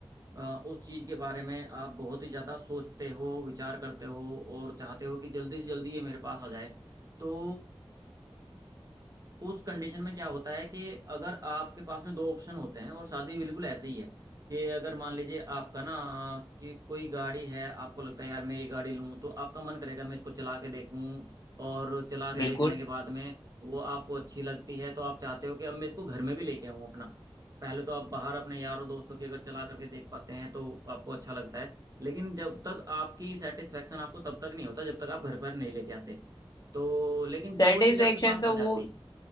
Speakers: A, on the right; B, on the left.
A: अ, उस चीज के बारे में आप बहुत ही ज्यादा सोचते हो विचार करते हो और चाहते हो कि जल्दी से जल्दी ये मेरे पास आ जाए तो उस कंडीशन में क्या होता है कि अगर आपके पास में दो ऑप्शन होते हैं और शादी भी बिल्कुल ऐसे ही है कि अगर मान लीजिए आपका ना कि कोई गाड़ी है आपको लगता है यार मैं ये गाड़ी लूं तो आपका मन करेगा मैं इसको चला के देखूं और चला के
B: बिल्कुल
A: देखने के बाद में वो आपको अच्छी लगती है तो आप चाहते हो कि अब मैं इसको घर में भी लेके आऊं अपना पहले तो आप बाहर अपने यारों दोस्तों की अगर चला करके देख पाते हैं तो आपको अच्छा लगता है लेकिन जब तक आपकी सेटिस्फेक्शन आपको तब तक नहीं होता जब तक आप घर पर नहीं लेके आते तो लेकिन जब
B: सेटिस्फेक्शन
A: वो चीज़ आपके पास
B: तो
A: आ जाती
B: वो